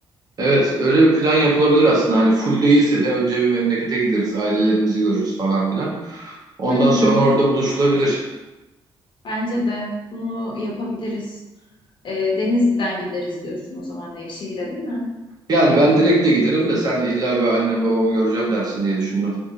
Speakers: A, on the right; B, on the left.
A: Evet, öyle bir plan yapılabilir aslında. Hani full değilse de önce bir memlekete gideriz, ailelerimizi görürüz falan filan. Ondan
B: Hı hı.
A: sonra orada buluşulabilir.
B: Bence de bunu yapabiliriz. Ee, Denizli'den gideriz diyorsun o zaman Nevşehir'e, değil mi?
A: Yani ben direkt de giderim de sen illa bir annem babamı göreceğim dersin diye düşündüm.